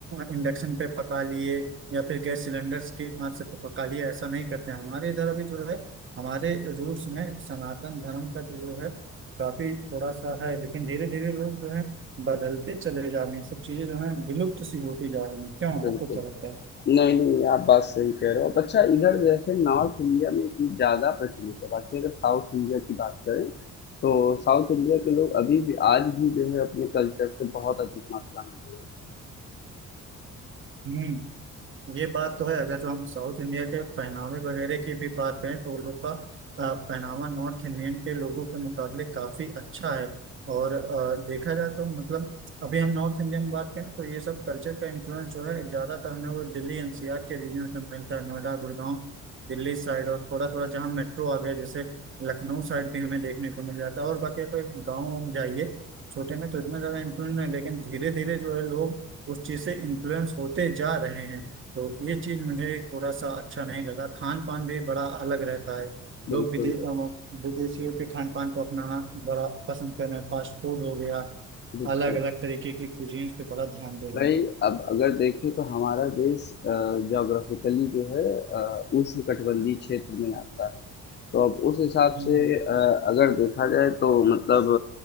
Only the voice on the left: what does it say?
बिल्कुल
नहीं नहीं आप बात सही कह रहे हो अब अच्छा इधर जैसे नॉर्थ इंडिया में ये चीज़ ज़्यादा प्रचलित है बाकी अगर साउथ इंडिया की बात करें तो साउथ इंडिया के लोग अभी भी आज भी जो है अपने कल्चर से बहुत अधिक मात्रा में जुड़े हैं
बिल्कुल
बिल्कुल
भाई
अब अगर देखें तो हमारा देश जोग्राफिकली जो है अ, उष्णकटिबंधीय क्षेत्र में आता है तो अब उस हिसाब
से अ, अगर देखा जाए तो मतलब